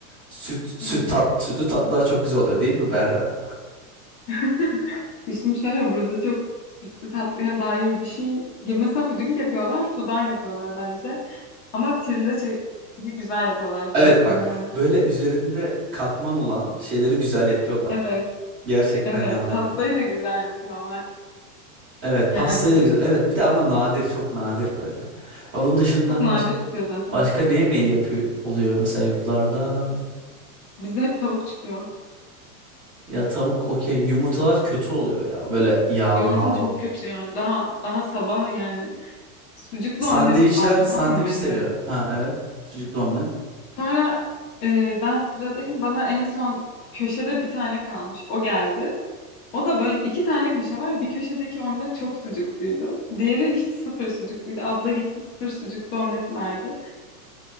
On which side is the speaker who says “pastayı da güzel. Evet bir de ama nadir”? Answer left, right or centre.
Right